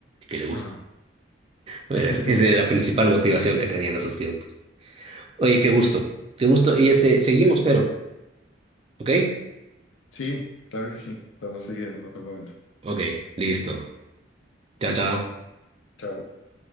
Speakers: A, on the right; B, on the left.
A: que le guste.
B: Ajá.
A: Bueno,
B: <laughs>
A: es- esa era la principal motivación que tenía en esos tiempos. Oye, qué gusto, qué gusto. Y este, seguimos, pero, ¿ok?
B: Sí, claro que sí. Podemos seguir en otro momento.
A: Ok, listo. Chao, chao.
B: Chao.